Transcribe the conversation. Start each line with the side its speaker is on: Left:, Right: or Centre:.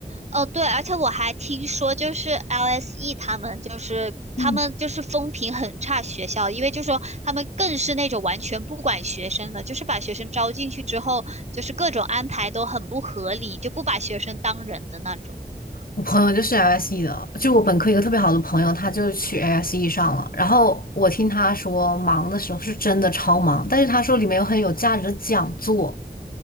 Right: 哦对，而且我还听说，就是 LSE 他们就是他们就是风评很差学校，
Left: 嗯
Right: 因为就说他们更是那种完全不管学生的，就是把学生招进去之后，就是各种安排都很不合理，就不把学生当人的那种。
Left: 我朋友就是 LSE 的，就我本科一个特别好的朋友，他就去 LSE 上了。然后我听他说，忙的时候是真的超忙，但是他说里面有很有价值的讲座。